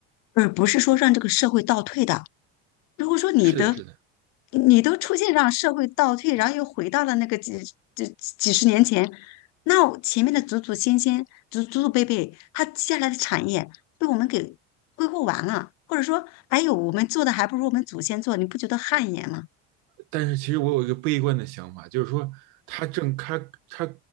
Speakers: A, on the left (about 60°); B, on the right (about 75°).
A: 而不是说让这个社会倒退的。如果说你的
B: 是的，是的。
A: 你都出现让社会倒退，然后又回到了那个几几几十年前，那我前面的祖祖先先、祖祖祖辈辈，他接下来的产业被我们给挥霍完了，或者说，哎呦，我们做的还不如我们祖先做，你不觉得汗颜吗？
B: 但是其实我有一个悲观的想法，就是说它正它它